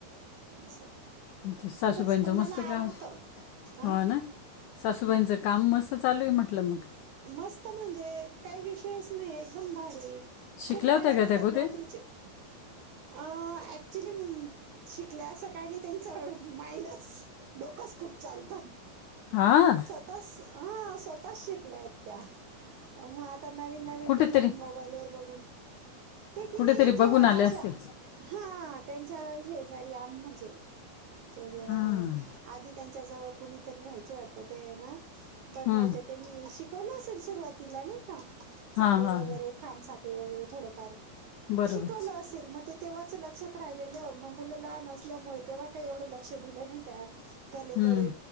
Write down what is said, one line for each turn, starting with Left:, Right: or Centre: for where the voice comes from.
Right: अस
Left: म्हणजे सासूबाईंचं
Right: खरच पण मला
Left: मस्त काम
Right: आवडत हा
Left: हो ना सासूबाईंचं
Right: हम्.
Left: काम मस्त चालू आहे म्हटलं मग
Right: मस्त म्हणजे काही विष नाहीये एकदम भारी ये
Left: शिकल्या
Right: खूप ऑर्डर
Left: होत्या का
Right: येतात
Left: त्या कुठे
Right: नोकरीचे अं चिलीम शिकल्या असं काही नाही त्यांच माइंडच डोकच खूप चालत.
Left: हां?
Right: हां स्वतःच शिकल्या आहेत त्या, मग आ ता नवीन नवीन
Left: कुठेतरी
Right: डिझाईन मोबाईल वर बघून ते किनी
Left: कुठेतरी
Right: जेव्हा
Left: बघून आल्या
Right: अशा
Left: असतील
Right: हा त्यांच्या शेजारी आम्ही म्हणजे तर
Left: हां
Right: आधी त्यांच्या जवळ कुणीतरी राहायची वाटत ते ये ना बनवायच्या,
Left: हं.
Right: ते नी शिकवलं असेल सुरुवातीला नाही का
Left: हां
Right: साखळी
Left: हां हां
Right: वगैरे खांब साखळी वगैरे थोडफार,
Left: बरोबर
Right: शिकवलं असेल मग ते तेव्हाच लक्षात राहिलेल म मुलं लहान असल्यामुळे तेव्हा काही एवढं लक्ष दिलं नाही त्या कलेकडे
Left: हं.